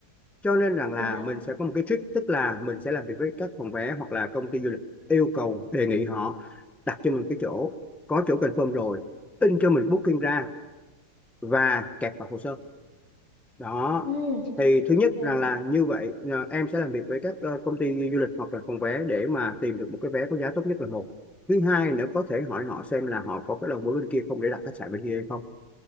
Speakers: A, in the centre; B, on the left (about 75°).
A: cho nên rằng là
B: dạ
A: mình sẽ có một cái trick tức là mình sẽ làm việc với các phòng vé hoặc là công ty du lịch yêu cầu đề nghị họ đặt cho mình cái chỗ có chỗ confirm rồi in cho mình booking ra và kẹp vào hồ sơ đó
B: ừ
A: thì thứ nhất
B: ok
A: rằng là như vậy à, em sẽ làm việc với các ờ, công ty du lịch hoặc là phòng vé để mà tìm được một cái vé có giá tốt nhất là một thứ hai nữa có thể hỏi họ xem là họ có cái đầu mối bên kia không để đặt khách sạn bên kia hay không